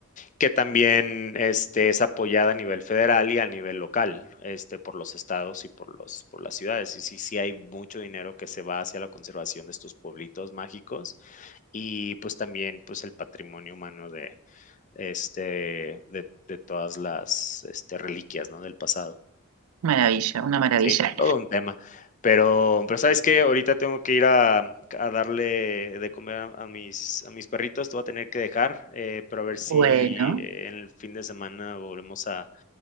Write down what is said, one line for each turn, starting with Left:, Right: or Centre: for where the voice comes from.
Left: que también este, es apoyada a nivel federal y a nivel local, este, por los estados y por, los, por las ciudades. Y sí, sí hay mucho dinero que se va hacia la conservación de estos pueblitos mágicos y pues también pues el patrimonio humano de, este, de, de todas las este, reliquias ¿no? del pasado.
Right: Maravilla, una maravilla.
Left: Sí, todo un tema. Pero, pero ¿sabes qué? Ahorita tengo que ir a, a darle de comer a, a mis, a mis perritos, te voy a tener que dejar, eh, pero a ver si
Right: Bueno,
Left: eh, en el fin de semana volvemos a,